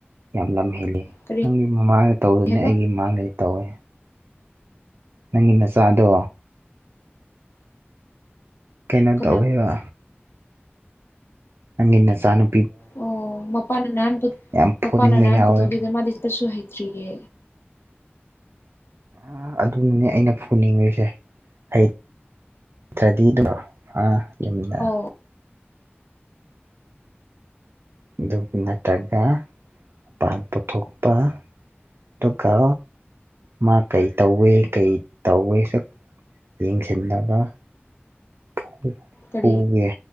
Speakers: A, on the right (about 80°); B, on the left (about 65°).
A: ꯌꯥꯝ ꯂꯝ ꯍꯦꯜꯂꯤ
B: ꯀꯔꯤ
A: ꯅꯪꯒꯤ ꯃꯃꯥꯡꯗ ꯇꯧꯗ‌ꯦꯅꯤ
B: ꯍꯥꯏꯕ
A: ꯑꯩꯒꯤ ꯃꯃꯥꯡꯗꯗꯤ ꯇꯧꯋꯦ ꯅꯪꯒꯤ ꯅꯆꯥꯗꯣ ꯀꯩꯅꯣ
B: ꯀꯅꯥ
A: ꯇꯧꯋꯦꯕ ꯅꯪꯒꯤ ꯅꯆꯥ ꯅꯨ
B: ꯑꯣ ꯃꯄꯥꯥꯟꯅ ꯅꯍꯥꯟ ꯄꯨ
A: ꯌꯥꯝ ꯐꯨꯅꯤꯡꯕ
B: ꯃꯄꯥꯥꯅ ꯅꯍꯥꯟ
A: ꯌꯥꯎꯋꯦꯕ
B: ꯄꯨꯊꯣꯛꯈꯤꯗ ꯃꯥꯗꯤ ꯆꯠꯄꯁꯨ ꯍꯩꯇ꯭ꯔꯤꯌꯦ
A: ꯑ ꯑꯗꯨꯅꯦ ꯑꯩꯅ ꯐꯨꯅꯤꯡꯔꯤꯁꯦ ꯑꯩ ꯅꯠꯇ꯭ꯔꯗꯤ <unintelligible> ꯑꯥ ꯌꯨꯝꯗ
B: ꯑꯧ
A: ꯑꯗꯨꯒꯤ ꯅꯠꯇ꯭ꯔꯒ ꯄꯥꯟ ꯄꯨꯊꯣꯛꯄ ꯗꯨꯒꯥ ꯃꯥ ꯀꯩ ꯇꯧꯋꯦ ꯀꯩ ꯇꯧꯋꯦꯁꯨ ꯌꯦꯡꯁꯤꯟꯗꯕ ꯐꯨ ꯐꯨꯒꯦ
B: ꯀꯔꯤ